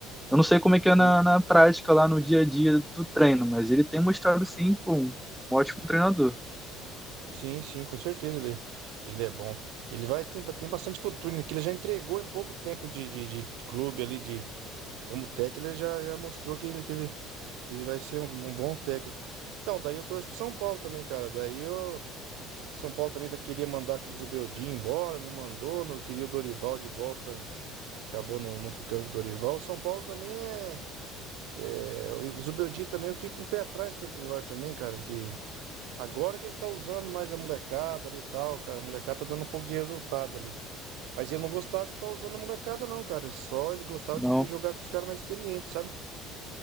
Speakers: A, in the centre; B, on the right.
A: Eu não sei como é que é
B: sim,
A: na, na prática, lá no dia a dia do treino, mas ele tem mostrado, sim, pô, um ótimo treinador.
B: sim, sim, com certeza ele, ele é bom. Ele vai tem, tem bastante futuro, né? Que ele já entregou em pouco tempo de, de, de- de clube ali, de como técnico, ele já, já mostrou que ele, que ele, que ele vai ser um, um bom técnico. Então, daí eu torço pro São Paulo também, cara. Daí eu, São Paulo também tá, queria mandar aqueles Zubeldia embora, não mandou, não queria o Dorival de volta, acabou não, não ficando com o Dorival. O São Paulo também é, é o Zubeldia também eu fico com o pé atrás que ele tem agora também, cara, que Agora que ele tá usando mais a molecada ali e tal, cara. A molecada tá dando um pouco de resultado ali. Mas ele não gostava de estar usando a molecada, não, cara. Só ele gostava
A: Não.
B: de jogar com os caras mais experientes, sabe?